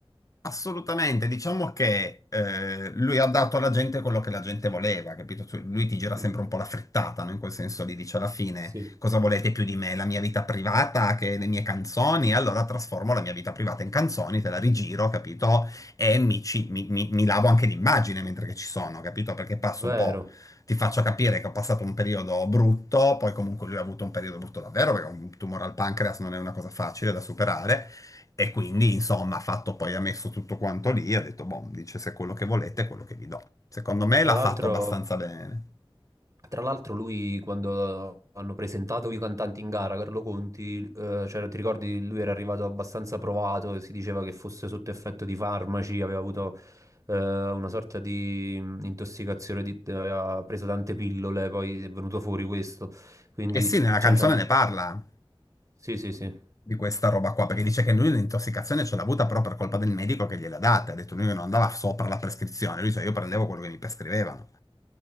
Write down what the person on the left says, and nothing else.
Assolutamente, diciamo che eh, lui ha dato alla gente quello che la gente voleva, capito? Tu- Lui ti gira sempre
un po' la frittata, no? In quel senso lì dice alla fine
cosa volete più di me? La mia vita privata che le mie canzoni? Allora trasformo la mia vita privata in canzoni, te la rigiro, capito? E mi, ci- mi- mi- mi lavo anche l'immagine mentre che ci sono, capito? Perché passo
un po', ti faccio capire che ho passato un periodo brutto, poi comunque lui ha avuto un periodo brutto davvero, perché un tumore al pancreas non è una cosa facile da superare. E quindi, insomma, ha fatto poi, ha messo tutto quanto lì, ha detto, boh, dice se è quello che volete è quello che vi do. Secondo me
l'ha
fatto abbastanza bene.
E sì, nella
canzone
ne parla
di questa roba qua, perché dice che lui l'intossicazione ce l'ha avuta però per colpa del medico che gliel'ha data. Ha detto lui che non andava sopra la prescrizione, lui dice io prendevo quello che mi prescrivevano.